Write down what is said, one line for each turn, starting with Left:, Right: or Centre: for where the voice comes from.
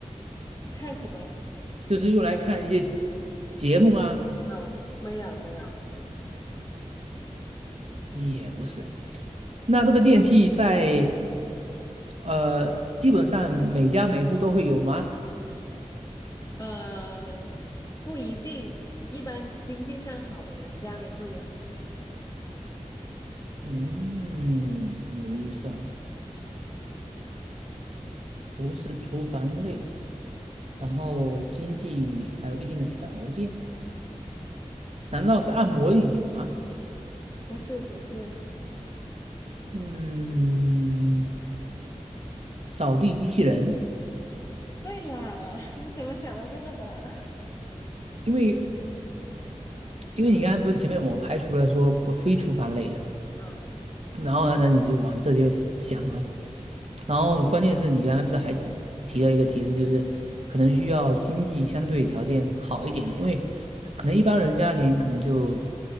Left: 看什么？
Right: 就是用来看一些节目吗？
Left: 啊，没有没有，
Right: 也不是。那这个电器在呃，基本上每家每户都会有吗？
Left: 呃，不一定，一般经济上好的人家里会有。
Right: 嗯，有意思了，不是厨房类，然后经济还有一定的条件，难道是按摩椅吗？
Left: 不是不是，
Right: 嗯，扫地机器人，
Left: 对啦，<laughs> 你怎么想到这个的？
Right: 因为因为你刚才不是前面我排除了说不非厨房类的，
Left: <laughs> 啊，
Right: 然后呢，那你就往这些想啊。然后关键是你刚才不是还提提了一个提示，就是可能需要经济相对条件好一点的，因为可能一般人家庭可能就